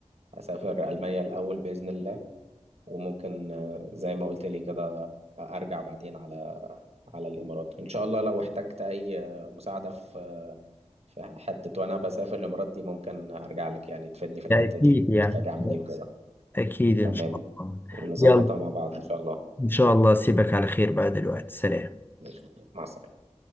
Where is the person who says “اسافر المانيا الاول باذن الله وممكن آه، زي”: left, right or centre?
Right